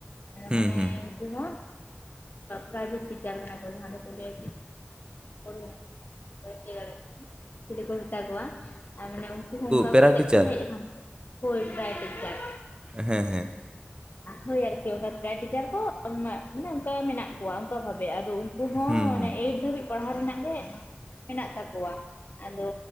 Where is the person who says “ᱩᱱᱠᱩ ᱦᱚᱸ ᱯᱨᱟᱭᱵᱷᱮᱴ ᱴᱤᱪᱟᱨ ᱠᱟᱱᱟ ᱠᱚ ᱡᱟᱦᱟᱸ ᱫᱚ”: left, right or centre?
Left